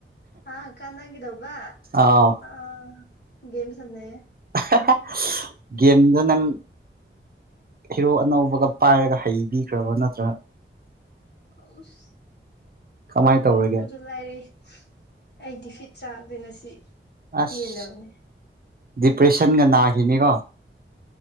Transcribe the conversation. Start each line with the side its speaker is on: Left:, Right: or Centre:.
Left: ꯑꯥ ꯀꯥꯟꯅꯒꯗꯧꯕ
Right: ꯑꯥꯎ
Left: ꯑ ꯒꯦꯝ ꯁꯥꯟꯅꯩꯌꯦ
Right: <unintelligible> ꯒꯦꯝꯗꯣ ꯅꯪ ꯍꯦꯔꯣ ꯑꯅꯧꯕꯒ ꯄꯥꯏꯔꯒ ꯍꯩ ꯕꯤꯈ꯭ꯔꯕ ꯅꯠꯇ꯭ꯔ
Left: ꯑꯁ
Right: ꯀꯃꯥꯏꯟ ꯇꯧꯔꯒꯦ
Left: ꯅꯨꯡꯉꯥꯏꯔꯤ ꯑꯩ ꯗꯤꯐꯤꯠ ꯆꯥꯕꯗ ꯉꯁꯤ
Right: ꯑꯁ
Left: ꯄꯦꯜꯂꯕꯅꯦ
Right: ꯗꯤꯄ꯭ꯔꯦꯁꯟꯒ ꯅꯥꯒꯤꯅꯤꯒꯣ